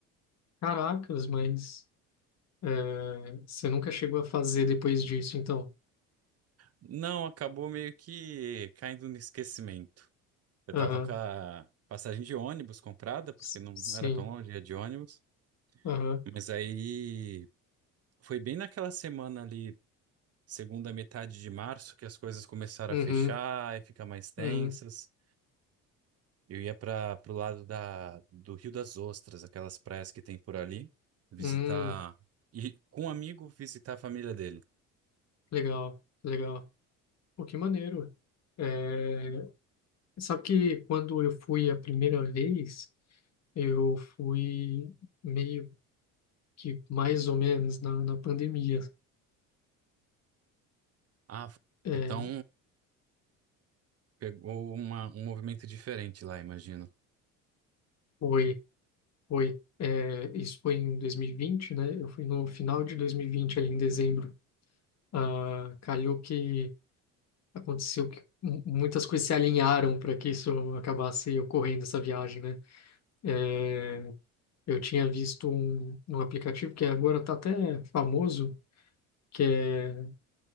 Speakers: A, on the left (about 50°); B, on the right (about 45°).
A: Caracas, mas é, você nunca chegou a fazer depois disso, então?
B: Não, acabou meio que caindo no esquecimento. Eu
A: Aham.
B: tava com a passagem de ônibus comprada, porque
A: S-
B: não
A: Sim.
B: era tão longe, ia de ônibus.
A: Aham.
B: Mas aí foi bem naquela semana ali. segunda metade de março que as coisas começaram
A: Uhum.
B: a fechar e ficar mais tensas.
A: Uhum.
B: Eu ia para pro lado da, do Rio das Ostras, aquelas praias que tem por ali, visitar
A: Hum.
B: e com um amigo visitar a família dele.
A: Legal, legal. Pô, que maneiro. Eh, Sabe que quando eu fui a primeira vez, eu fui meio que mais ou menos na, na pandemia.
B: Ah, f-
A: É,
B: então pegou uma, um movimento diferente lá, imagino.
A: foi, foi. É, isso foi em dois mil e vinte né? Eu fui no final de 2020 ali em dezembro. Ah, calhou que aconteceu que mu- muitas coisas se alinharam para que isso acabasse ocorrendo, essa viagem, né? É, eu tinha visto um, um aplicativo que agora está até famoso, que é,